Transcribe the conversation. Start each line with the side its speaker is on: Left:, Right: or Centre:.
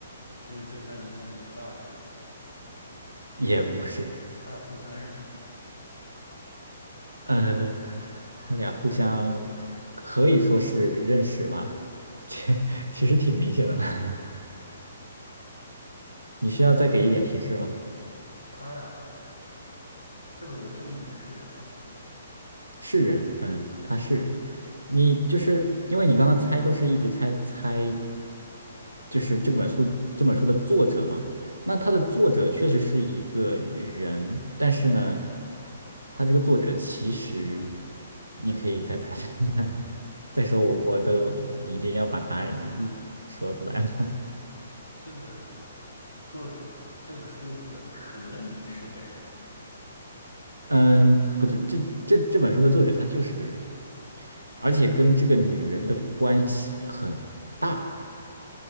Left: 是对她影响比较大的一个人。
Right: 也不是，
Left: 他俩互相认识吗？
Right: 呃，他俩互相可以说是认识吧，<laughs> 其其实挺明显的了。<laughs> 你需要再给一点提示吗？
Left: 他俩和这个这个女人是人吗？
Right: 是人，嗯，他是人。你就是因为你刚刚猜都是一直猜猜，就是这本书这本书的作者嘛。
Left: 对，
Right: 那他的作者确实是一个人，但是呢，他这个作者其实你可以再猜猜看 <laughs> 再说我我都已经要把答案嗯说出来了。
Left: 这个作者这个书的作者可以是个人。
Right: 嗯，不是，这这这本书的作者他就是个人，而且跟这个女人的关系很大。